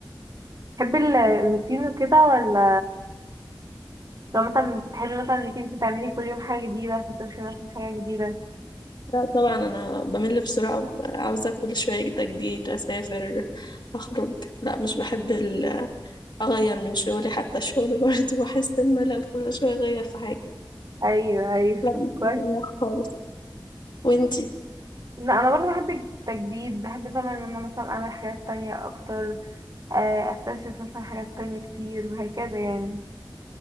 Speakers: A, on the right; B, on the left.
A: تحبي ال- الروتين وكده ولا لو مثلا بتحبي مثلا انك انت تعملي كل يوم حاجة جديدة تكتشفي مثلا حاجة جديدة
B: لا طبعا أنا بمل بسرعة عاوزة كل شوية تجديد أسافر أخرج لا مش بحب ال- أغير من شغلي حتى الشغل <laughs> برضه بحس بملل كل شوية أغير في حاجة
A: ايوه ايوه
B: لا مش
A: طب كويس
B: بحبها خالص وانتي
A: لا انا برضه بحب التجديد بحب طبعا ان انا مثلا اعمل حاجات تانية اكتر آه، اكتشف مثلا حاجات تانية كتير وهكذا يعني